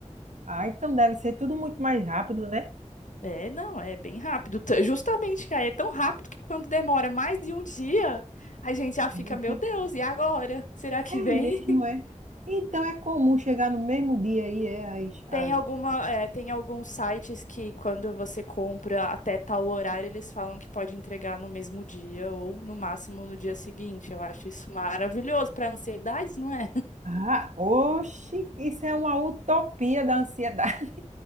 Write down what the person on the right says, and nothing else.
Ah, então deve ser tudo muito mais rápido, né?
Eu
fico,
é
mesmo,
é. Então é comum chegar no mesmo dia aí, é, as. às...
Ah, oxe, isso é uma utopia da ansiedade.